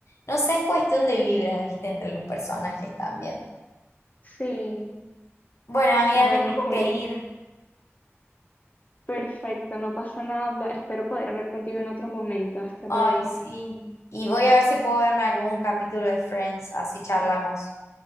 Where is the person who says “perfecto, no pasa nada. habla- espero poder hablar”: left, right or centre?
Left